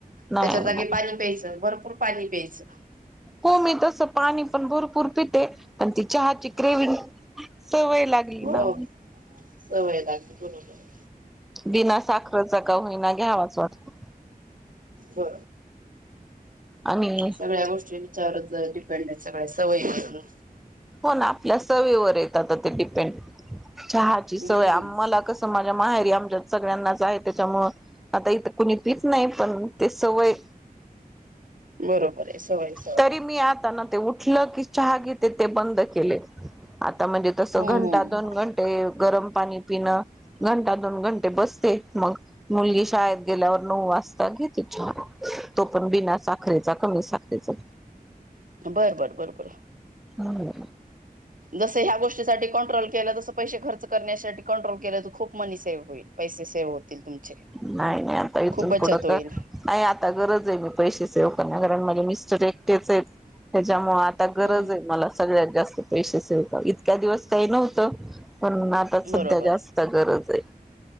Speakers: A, in the centre; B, on the right.
A: नाही
B: त्याच्या जागे
A: नाही
B: पाणी प्यायचं भरपूर पाणी प्यायचं
A: हो मी तस पाणी पण भरपूर पित पण ती चहाची क्रेवि सवय लागली
B: हो
A: ना
B: सवय लागते बरोबर आहे.
A: बिना साखरचा का होईना घ्यावाच वाटत
B: ब
A: आणि
B: सगळ्या गोष्टी विच्यावरच डिपेंड आहे सगळ्या सवयी करून
A: हो ना आपल्या सयवर येतात ते डिपेंड चहाची सवय
B: हम्म
A: आ मला कसं मा,, माहेरी आमच्या सगळ्यांनाच आहे त्याच्यामु आता इथं कुणी पीच नाही पण ते सवय
B: बरोबर आहे सवय सवय.
A: तरी मी आता ना ते उठलं की चहागी ते ते बंद केले. आता म्हणजे तसं
B: हम्म
A: घंटा
B: हम्म
A: दोन घंटे गरम पाणी पिणं घंटा दोन घंटे बसते मग मुलगी शाळेत गेल्यावर नऊ घ तो पण बना साखरेचा कमी साखरेचा
B: बर बर बरोबर
A: हम्
B: जस ह्या गोष्टीसाठी कंट्रोल के जस पैसे खर्च करण्यासाठी कंट्रोल केलं तर खूप मनी सेव्ह होईल पैसे सेव्ह होतील तुमचे
A: नाही नाही आता इथून
B: खूप बचत
A: पुथडं
B: होईल
A: का नाही आता गरज आहे मी पैसे सेव करण्यात मिस्टर एकटेच आहे त्यांच्यामुळे आता गरज
B: हम्म
A: आहे मला सगळ्यात जास्त पैसेच हो इतक्या दिवस काही नव्हतं पण आता सध्या
B: बरोबर.
A: जास्त गरज आहे